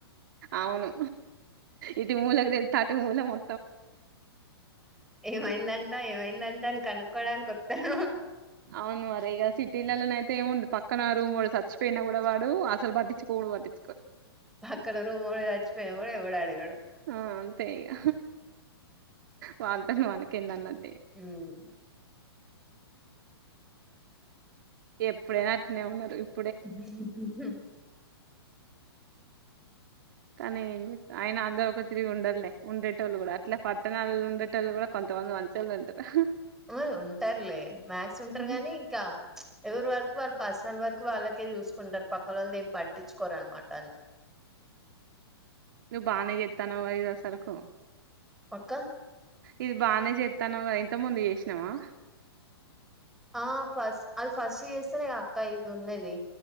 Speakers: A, on the right; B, in the centre.
A: అవును, ఇటు మూలకి తెలీతే, అటు మూల మొ.
B: ఏమైందంటా, ఏమైందంటా, అని కనుక్కోడానికి ఓత్తరు.
A: అవును మరి ఈగ సిటీలల్లనై. ఏముంది, పక్కన రూమోడు చచ్చిపోయినా కూడా వాడు, అసలు బట్టిచుకోడు వట్టిచు.
B: పక్కన రూమొడు చచ్చిపోయినా కూడ, ఎవ్వడు అడుగడు.
A: ఆ అంతేఇగ, వానతన వానకేన్ దన్నట్టు.
B: ఉమ్.
A: ఎప్పుడేనా అట్లే ఉన్నారు ఉప్.
B: <unintelligible>
A: కానీ ఆయన అందరు ఒక తిరిగి ఉండరులే, ఉండేటోళ్ళు కూడా అట్ల ప. పట్టణాలలో ఉండేటోల్లు కూడా కొంతమంది, మంచోళ్లు ఉంటారు.
B: ఆ ఉంటారులే, మ్యాస్ ఉంటారు
A: ఉమ్.
B: గానీ ఇంకా. ఎవరి వరకు వాళ్ళు పర్సనల్ వరకు వాళ్ళకే చూసుకుంటారు, పక్కనోళ్ల దేఏం పట్టించుకోరు అన్నమాట. అంతే.
A: బాగానే జెతన్నావ్ గద ఎదో సరుకు.
B: పక్క.
A: ఇది బాగానే జెతనవ్ గద, ఇంత ముందు యేసినావా.
B: ఆ ఫస్, అది ఫస్ట్ ఎస్తానే గద అక్క ఇది ఉన్నది.